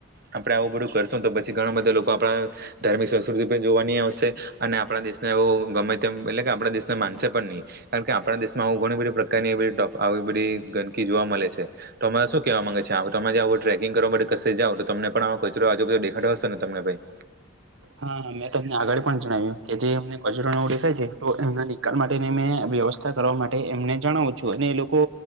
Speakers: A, on the right; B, on the right.
A: આપડે આવું બધું કર તો પછી ઘણા બધા લોકો આપડા ધાર્મિક સંસ્કૃતિ પણ જોવાની આવશે અને આપણા દેશને એવ ગમે તેમ એટલે કે આપણા દેશના માનશે પણ નહી. કારણ કે આપણા દેશમાં આવું ઘણી બધી પ્રકારની આવી બધી ગંદકી જોવા મળે છે, તોરે શું કેવા ગે છે, આ તો તમે ક્યા ટ્રેકિંગ કરવા માટે ક જઓ તોમને પણ આ કચરો આજુચરો દેખાડો હશે તમને ભાઈ
B: હા મેં તમને આગળ પણ જણાવ્યું કે જે અમને કચરો ના ઓળેખાય છે, તો એમના નિકાલ માટેની મેં વ્યવસ્થા કરવા માટે એમને જણાવું છું, અને એ લોકો